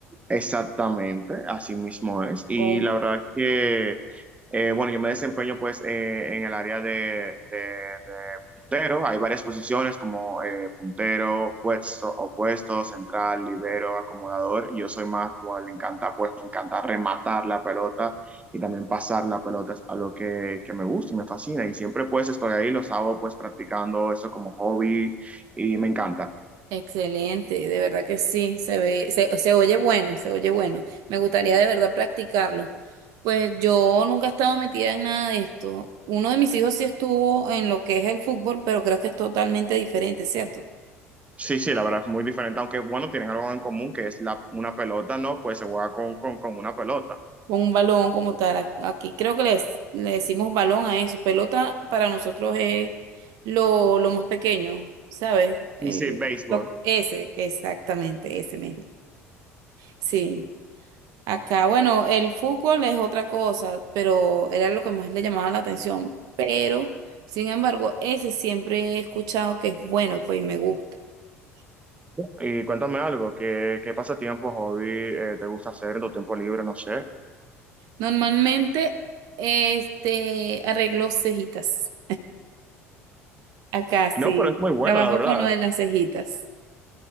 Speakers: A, on the right; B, on the right.
A: Exactamente, así mismo es. Y
B: Oh,
A: la verdad que, eh, bueno, yo me desempeño pues eh, en el área de, de- de puntero. Hay varias posiciones como eh, puntero, puesto, opuesto, central, libero, acomodador. Yo soy más como le encanta, pues me encanta rematar la pelota y también pasar la pelota. Es algo que, que me gusta y me fascina. Y siempre pues estoy ahí, los hago pues practicando eso como hobby y me encanta.
B: excelente, de verdad que sí, se ve, se, se oye bueno, se oye bueno. Me gustaría de verdad practicarlo. Pues yo nunca he estado metida en nada de esto. Uno de mis hijos sí estuvo en lo que es el fútbol, pero creo que es totalmente diferente, ¿cierto?
A: Sí, sí, la verdad es muy diferente, aunque bueno, tienen algo en común que es la, una pelota, ¿no? Pues se juega con, con, con una pelota.
B: un balón como tal. A- Aquí creo que les, le decimos balón a eso. Pelota para nosotros es lo, lo más pequeño, ¿sabes? El,
A: Sí, sí, béisbol.
B: lo- ese, exactamente, ese mismo. Sí. Acá, bueno, el fútbol es otra cosa, pero era lo que más le llamaba la atención. Pero, sin embargo, ese siempre he escuchado que es bueno, pues y me gusta.
A: Y cuéntame algo, ¿qué, qué pasatiempo, hobby eh, te gusta hacer en tu tiempo libre? No sé.
B: Normalmente, este, arreglo cejitas. Acá sí,
A: No, pero es muy bueno,
B: trabajo
A: la verdad.
B: con lo de las cejitas.